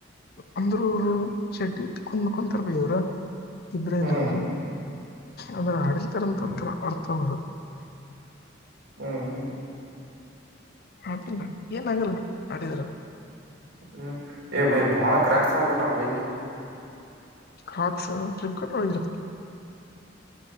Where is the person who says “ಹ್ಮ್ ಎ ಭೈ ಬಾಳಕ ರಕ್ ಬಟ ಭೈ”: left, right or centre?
Right